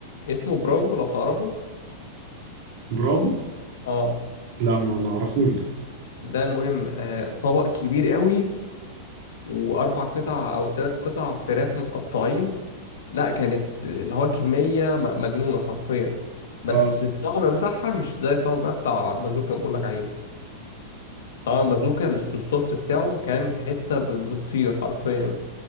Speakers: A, on the left; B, on the right.
A: اسمه برافو لو تعرفه
B: برافو
A: اه
B: لا ما ما اعرفوش ده
A: ده مهم آه طبق كبير قوي واربع قطع او ثلاث قطع فراخ متقطعين لا كانت اللي هو كمية م- مجنونة حرفيا بس
B: اه
A: الطعم بتاعها مش زي الطعم بقى بتاع بازوكا اللي بقولك عليه طعم بازوكا الص- الصوص بتاعه كان في حتة ب- بتطير حرفيا